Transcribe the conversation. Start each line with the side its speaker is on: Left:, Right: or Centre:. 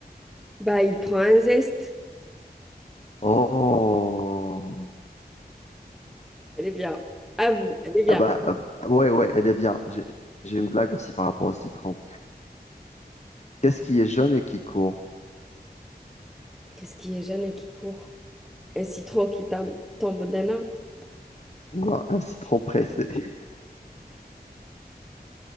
Centre: Bah, il prend un zeste.
Left: Oh.
Centre: Elle est bien. À vous, elle est bien.
Left: Ah bah, euh, ouais, ouais, elle est bien. J'ai j'ai une blague aussi par rapport au citron. Qu'est-ce qui est jaune et qui court?
Centre: Qu'est-ce qui est jeune et qui court? Un citron qui tam- tombe d'un arbre.
Left: Non, un citron pressé. <laughs>